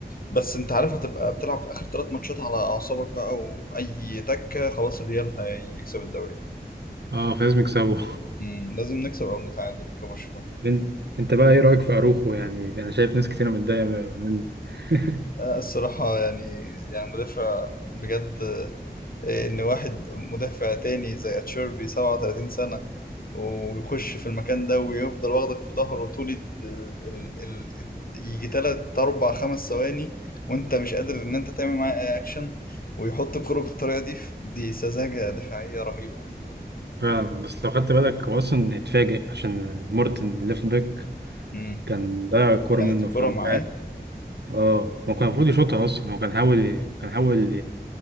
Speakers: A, on the left (about 60°); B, on the right (about 80°).
A: بس انت عارف هتبقى بتلعب اخر ثلاث ماتشات على اعصابك بقى واي تكه خلاص الريال هيكسب الدوري
B: اه فلازم يكسبوا
A: مم. لازم نكسب او نتعادل كبرشلونه
B: انت أنت بقى ايه رأيك في اروخو يعني انا شايف ناس كتيرة متضايقة منه <laughs>
A: آه، الصراحه يعني يعني مدافع بجد آه، ان واحد مدافع تاني زي اتشيربي 37 سنه ويخش في المكان ده ويفضل واخدك في ظهره طول ال... ال... ال... ال... يجي تلات اربع خمس ثواني وانت مش قادر ان انت تعمل معاه اي اكشن ويحط الكرة بالطريقة دي في- دي سذاجة دفاعية رهيبة يعني.
B: فعلا بس لو خدت بالك هو اصلا اتفاجئ عشان مورتن ليفت باك
A: مم.
B: كان ضيع الكوره
A: كانت
B: منه
A: الكرة
B: فمش
A: معاه
B: عارف اه هو كان المفروض يشوطها اصلا هو كان حاول كان حاول